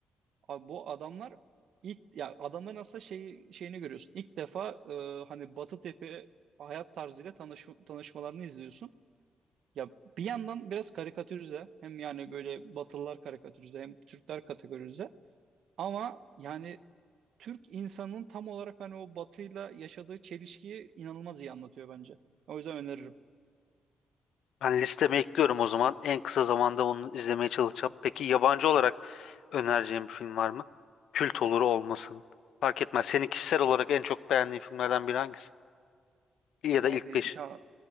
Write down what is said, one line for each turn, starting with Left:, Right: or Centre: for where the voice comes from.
Right: Abi bu adamlar ilk ya adamların aslında şeyi şeyini görüyorsun. İlk defa e, hani Batı tepe hayat tarzıyla tanış, tanışmalarını izliyorsun. Ya bir yandan biraz karikatürize hem yani böyle Batılılar karikatürize hem Türkler kategorize ama yani Türk insanının tam olarak hani o Batı'yla yaşadığı çelişkiyi inanılmaz iyi anlatıyor bence. O yüzden öneririm.
Left: Ben listeme ekliyorum o zaman. En kısa zamanda onu izlemeye çalışacağım. Peki yabancı olarak önereceğim bir film var mı? Kült olur olmasın. Fark etmez. Seni kişisel olarak en çok beğendiğin filmlerden biri hangisi? Ya da
Right: Abi
Left: ilk 5?
Right: ya